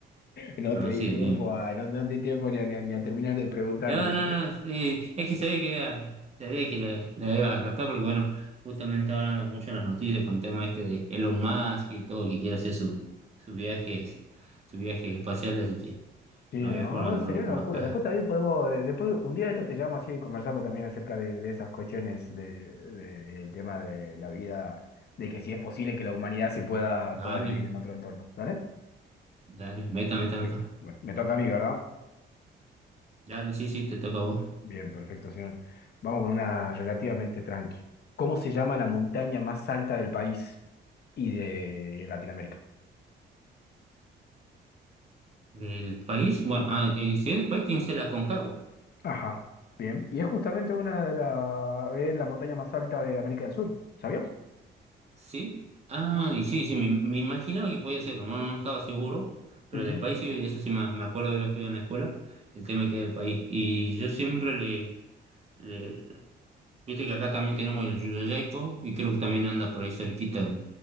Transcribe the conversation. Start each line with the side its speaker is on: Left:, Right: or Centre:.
Left: no
Right: conocido,
Left: te di tiempo
Right: bien.
Left: a, no, no te di tiempo ni a, ni a- ni a terminar de preguntarme.
Right: No,
Left: ¿viste?
Right: no, no, sí, es que sabía que era, sabía que le, le ibas a captar porque, bueno, justamente ahora andan mucho en las noticias con el tema este de Elon Musk y todo, que quiere hacer su, sus viajes, sus viajes espaciales, así que
Left: Sí,
Right: no
Left: no,
Right: había forma que
Left: sería
Right: no lo
Left: una
Right: conozca.
Left: locura. Después también podemos, eh, después un día de esto te llamo así y conversamos también acerca de, de esas cuestiones de, de- del tema de la vida, de que si es posible que la humanidad se pueda, pueda
Right: Dale,
Left: vivir en otro entorno. ¿Dale?
Right: dale, meta, meta, meta.
Left: Perfecto. Bueno, me toca a mí, ¿verdad?
Right: Dale, sí, sí, te toca a vos.
Left: Bien, perfecto, señor. Vamos con una relativamente tranqui. ¿Cómo se llama la montaña más alta del país y de Latinoamérica?
Right: ¿Del país? Bueno, ah, eh, si es del país, tiene que ser la Concagua.
Left: Ajá, bien. Y es justamente una de la es la montaña más alta de América del Sur, ¿sabías?
Right: Sí. Ah,
Left: No.
Right: y sí, sí, me, me imaginaba que podía hacerlo, no, no estaba seguro, pero
Left: Ujú.
Right: del país, sí, eso sí me, me acuerdo haberlo estudiado en la escuela, el tema que era el país. Y yo siempre le, le- viste que acá también tenemos el Yuyayco, y creo que también anda por ahí cerquita en,